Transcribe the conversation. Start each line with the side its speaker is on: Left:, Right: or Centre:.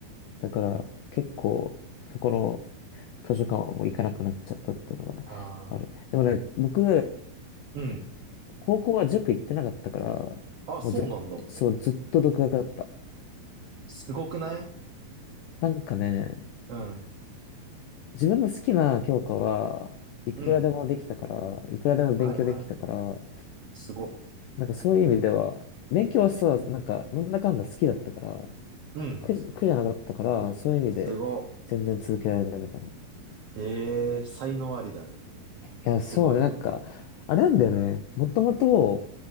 Left: だから、結構、そこの図書館はもう行かなくなっちゃったっていうのがある。
Right: ああ、
Left: でもね、僕、
Right: うん。
Left: 高校は塾行ってなかったから、
Right: あ、そうなんだ。
Left: もうずっと、そう、ずっと独学だった。
Right: すごくない
Left: なんかね、
Right: うん。
Left: 自分の好きな教科はいくらでもできたから、
Right: うん、
Left: いくらでも勉強できたから、
Right: はいはい。すご。
Left: なんかそういう意味では、勉強はさ、なんかなんだかんだ好きだったから、
Right: うん、
Left: 苦じ、苦じゃなかったから、そういう意味で全然続けられたみたいな。
Right: すご。
Left: い
Right: ええ才能ありだね。
Left: や、
Right: すごいわ。
Left: そうね、なんか、あれなんだよね。もともと